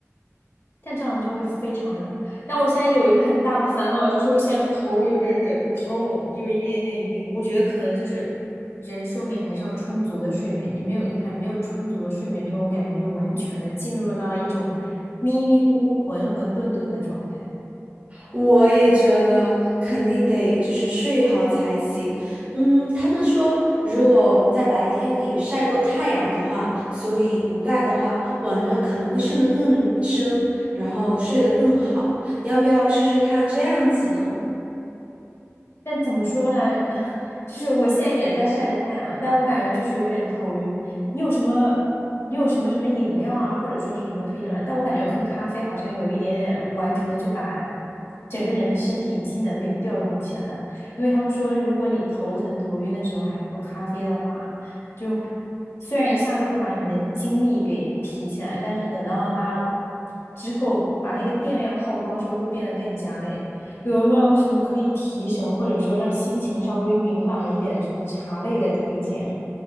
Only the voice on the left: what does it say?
但这样就会非常热。但我现在有一个很大的烦恼，就是我现在头有点点痛，有一点点晕。我觉得可能就是人睡眠还是要充足的睡眠。你没有，你看没有充足的睡眠之后，我感觉就完全的进入到了一种迷迷糊糊、混混沌沌的状态。
但怎么说呢？<laughs> 就是我现在也在晒着太阳，但我感觉就是有点头晕。你有什么，你有什么什么饮料啊，或者说是什么推荐吗？但我感觉喝咖啡好像有一点点完全的就把整个人的身体机能给调动起来了因为他们说，如果你头疼头晕的时候还喝咖啡的话，就虽然一下子会把你的精力给提起来，但是等到它之后把那个电量耗光之后，会变得更加累。有没有什么可以提神或者说让心情稍微明朗一点的什么茶类的推荐啊？